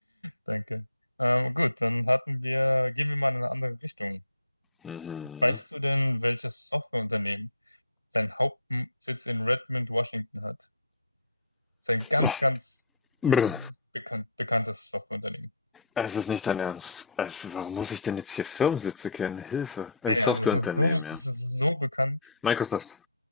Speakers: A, on the left; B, in the centre.
A: Danke. Ähm, gut, dann hatten wir, gehen wir mal in eine andere Richtung.
B: Mhm.
A: Weißt du denn, welches Softwareunternehmen seinen Hauptsitz in Redmond, Washington hat? Das ist ein ganz,
B: Oh,
A: ganz
B: Brr.
A: be- bekannt, bekanntes Softwareunternehmen.
B: Es ist nicht dein Ernst. Also, warum muss ich denn jetzt hier Firmensitze kennen? Hilfe. Ein
A: Naja,
B: Softwareunternehmen,
A: also es ist so,
B: ja.
A: es ist so bekannt,
B: Microsoft.